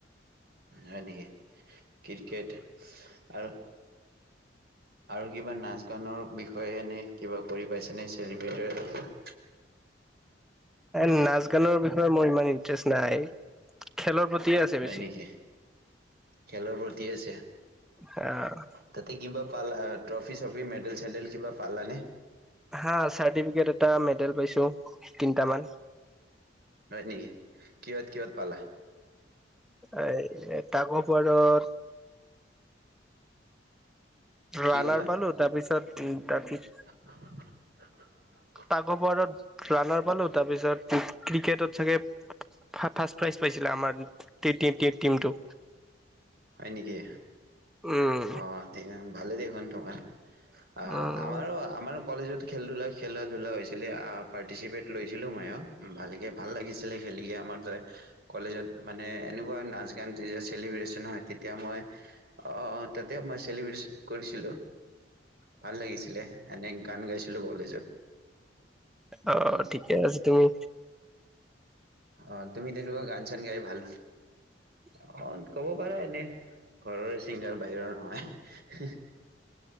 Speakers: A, on the right (about 55°); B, in the centre.
A: হয় নেকি ক্ৰিকেট আৰু আৰু কিবা নাচ গানৰ বিষয়ে এনে কিবা কৰি পাইছে ন চেলিব্ৰেট।
B: এ নাচ গানৰ বিষয়ে মোৰ ইমান ইন্টাৰেষ্ট নাই খেলৰ প্ৰতিয়ে আছে। বেছি
A: হয় নেকি খেলৰ প্ৰতি আছে।
B: অ'।
A: তাতে কিবা পালা ট্ৰফি চ্ৰফি মেডেল চেডেল কিবা পালানে।
B: হা চাৰ্টিফিকেট এটা মেডেল পাইছো তিনিটামান।
A: হয় নেকি কিহত কিহত পালা।
B: এই এতাক ওপৰত। ৰানাৰ
A: কি ক'লা?
B: পালো। তাৰপিছত গাঠি।
A: <unintelligible>
B: তকঅভাৰত ৰাণাৰ পালো। তাৰপিছত ক্ৰিকেটত চাগে ফাছফাছ। প্ৰাইজ পাইছিলে আমাৰ টিটিটিমটো।
A: হয় নেকি।
B: উম
A: অহ তে ভালে দেখোন তোমাৰ। অহ,
B: উম
A: আমাৰো। আমাৰো কলেজত খেল ধুলা খেলা- ধূলা হৈছিলে পাৰ্টিচিপেট লৈছিলোঁ মইও। উম, ভালকে ভাল লাগিছিলে। খেলিকে আমাৰ তাৰে কলেজত মানে এনেকুৱা নাৰ্জিক। ইয়ানজিএচ চেলিব্ৰে্চন হয়। তেতিয়া মই অহ, তাতে মই চেলিব্ৰেচন কৰিছিলো। ভাল লাগিছিলে। এনে গান গাইছিলো কলেজত। উম
B: অহ, ঠিকে আছে তুমি।
A: অহ, তুমি তেনেকুৱা গান -চান গাই ভাল।
B: উম।
A: অহ, কব পাৰা এনে। ঘৰৰে ছিংগাৰ বাহিৰৰ নহয়।